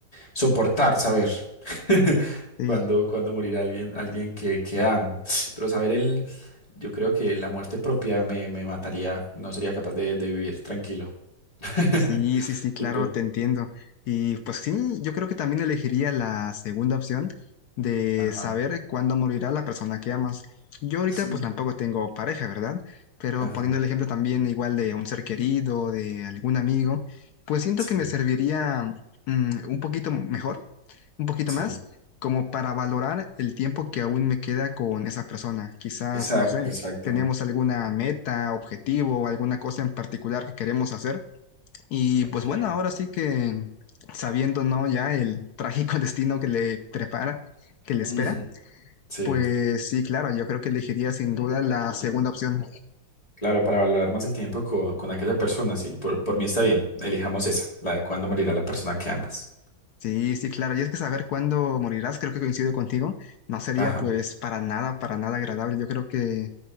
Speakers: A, on the left (about 20°); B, on the left (about 65°).
A: soportar saber <laughs>
B: sí.
A: cuándo, cuándo morirá alguien, alguien que, que amo. Pero saber el, yo creo que la muerte propia me, me mataría, no sería capaz de de vivir tranquilo. <laughs>
B: Sí, sí, sí, claro,
A: Y tú,
B: te entiendo. Y pues sí, yo creo que también elegiría la segunda opción de
A: ajá,
B: saber cuándo morirá la persona que amas. Yo ahorita
A: sí,
B: pues tampoco tengo pareja, ¿verdad? Pero
A: ajá,
B: poniendo el ejemplo también igual de un ser querido, de algún amigo, pues siento
A: sí,
B: que me serviría mm, un poquito mejor, un poquito
A: sí,
B: más, como para valorar el tiempo que aún me queda con esa persona. Quizás,
A: exacto,
B: no sé,
A: exacto.
B: tenemos alguna meta, objetivo o alguna cosa en particular que queremos hacer y pues
A: okay
B: bueno, ahora sí que sabiendo, ¿no? Ya el trágico <laughs> destino que le prepara, que le espera,
A: Ujú, Sí,
B: pues sí, claro, yo creo que elegiría sin duda la segunda opción.
A: claro, para valorar más el tiempo co- con, aquella persona, sí, por, por mí está bien, elijamos esa, la de cuándo morirá la persona que amas.
B: Sí, sí, claro. Y es que saber cuándo morirás, creo que coincido contigo, no sería
A: Ajá,
B: pues para nada, para nada agradable. Yo creo que